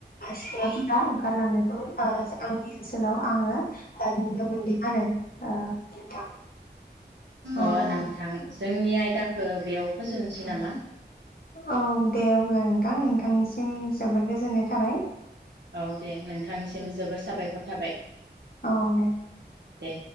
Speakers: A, on the left; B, on the right.
A: सिख्लाफोरा ओंखारलांनायखौ <unintelligible> आंनि ओनसोलाव आङो नुनो मोनदों आरो ओ नोंथां औ
B: अ नोंथां जोंनि आयदाखौ बेयाव फोजोबनोसै नामा
A: औ दे अब्ला नोंथां नोंथांनिसिम जोबोद गोजोननाय थाबाय
B: औ दे नोंथांनिसिम जोबोर साबायखर थाबाय
A: औ दे
B: दे